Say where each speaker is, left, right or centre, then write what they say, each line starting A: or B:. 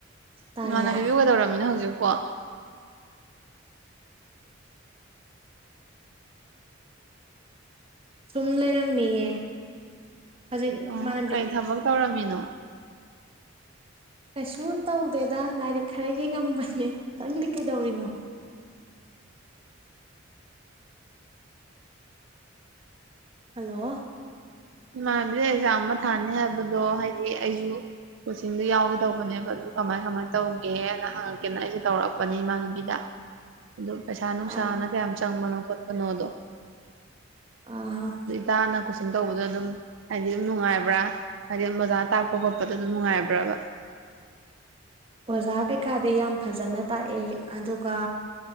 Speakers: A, on the right; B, on the right.
A: ꯇꯥꯏꯌꯦ
B: ꯏꯃꯥꯅꯕꯤꯕꯨ ꯀꯩꯗꯧꯔꯝꯃꯤꯅꯣ ꯍꯧꯖꯤꯛꯨꯄꯣ ꯋꯥ
A: ꯁꯨꯝ ꯂꯩꯔꯝꯃꯤꯌꯦ ꯍꯧꯖꯤꯛ
B: ꯑꯣ
A: ꯏꯃꯥꯟꯅꯕꯤ
B: ꯀꯩ ꯊꯕꯛ ꯇꯧꯔꯝꯃꯤꯅꯣ
A: ꯀꯩꯁꯨ ꯇꯧ ꯗꯦꯗ ꯂꯥꯏꯔꯤꯛ ꯈꯔ ꯌꯦꯡꯉꯝꯕꯅꯦ ꯅꯪꯗꯤ ꯀꯩꯗꯧꯔꯤꯅꯣ ꯍꯜꯂꯣ
B: ꯏꯃꯥꯟꯅꯕꯤ ꯑꯦꯛꯖꯥꯝ ꯑꯃ ꯊꯥꯅꯤ ꯍꯥꯏꯕꯗꯣ ꯍꯥꯏꯗꯤ ꯑꯩꯖꯨ ꯀꯣꯆꯤꯡꯗꯣ ꯌꯥꯎꯒꯦ ꯇꯧꯕꯅꯦꯕ ꯑꯗꯨ ꯀꯃꯥꯏ ꯀꯃꯥꯏꯅ ꯇꯧꯒꯦꯅ ꯍꯪꯉꯛꯀꯦꯅ ꯑꯩꯖꯦ ꯇꯧꯔꯛꯄꯅꯦ ꯏꯃꯥꯟꯅꯕꯤꯗ ꯑꯗꯨ ꯄꯩꯁꯥ ꯅꯨꯡꯁꯥꯅ
A: ꯑꯥ
B: ꯀꯌꯥꯝ ꯆꯪꯕꯅꯣ ꯈꯣꯠꯄꯅꯣꯗꯣ
A: ꯑꯥ
B: ꯇꯅ ꯈꯨꯁꯤꯟ ꯇꯧꯕ ꯑꯗꯨꯝ ꯍꯥꯏꯗꯤ ꯑꯗꯨꯝ ꯅꯨꯡꯉꯥꯏꯕ꯭ꯔꯥ ꯍꯥꯏꯗꯤ ꯑꯣꯖꯥ ꯇꯥꯛꯄ ꯈꯣꯠꯄꯗ ꯑꯗꯨꯝ ꯅꯨꯡꯉꯥꯏꯕ꯭ꯔꯥꯕ
A: ꯑꯣꯖꯥ ꯀꯩꯀꯥꯗꯤ ꯌꯥꯝ ꯐꯖꯅ ꯇꯥꯛꯑꯦ ꯑꯗꯨꯒ